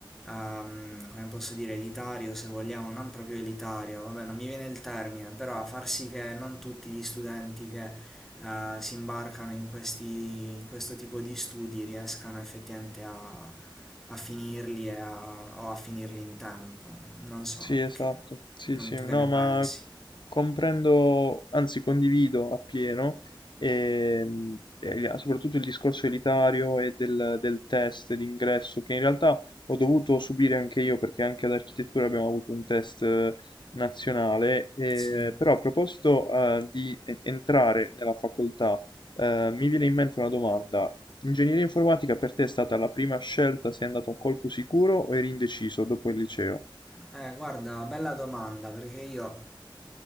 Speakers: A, in the centre; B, on the left.
A: ehm, come posso dire, elitario se vogliamo, non proprio elitario, vabbè non mi viene il termine, però a far sì che non tutti gli studenti che eh, si imbarcano in, questi, in questo tipo di studi riescano effettivamente a, a finirli e a- o a finirli in tempo, non so,
B: Sì, esatto,
A: che,
B: sì,
A: non,
B: sì,
A: tu
B: no,
A: che ne pensi?
B: ma comprendo, anzi condivido appieno, ehm, e, soprattutto il discorso elitario e del, del test d'ingresso, che in realtà ho dovuto subire anche io, perché anche ad architettura abbiamo avuto un test eh, nazionale, e,
A: Sì.
B: però a proposito eh, di e- entrare nella facoltà, eh, mi viene in mente una domanda. Ingegneria informatica per te è stata la prima scelta? Sei andato a colpo sicuro o eri indeciso dopo il liceo?
A: Eh, guarda, bella domanda perché io